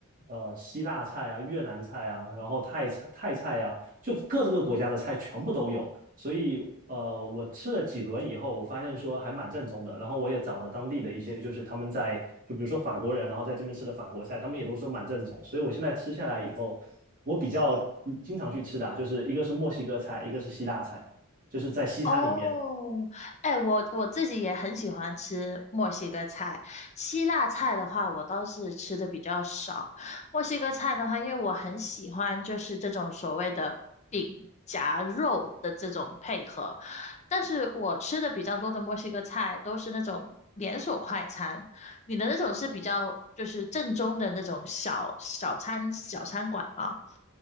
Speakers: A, on the right; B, on the left.
A: 呃希腊菜啊、越南菜啊，然后泰菜、泰菜啊，就各这个国家的菜全部都有。所以呃，我吃了几轮以后，我发现说还蛮正宗的。然后我也找了当地的一些，就是他们在就比如说法国人，然后在这边吃的法国菜，他们也都说蛮正宗。所以我现在吃下来以后，我比较嗯经常去吃的啊，就是一个是墨西哥菜，一个是希腊菜，就是在西餐里面。
B: 哦，哎，我我自己也很喜欢吃墨西哥菜，希腊菜的话，我倒是吃的比较少。墨西哥菜的话，因为我很喜欢就是这种所谓的饼夹肉的这种配合，但是我吃的比较多的墨西哥菜都是那种连锁快餐，你的那种是比较就是正宗的那种小小餐小餐馆吗？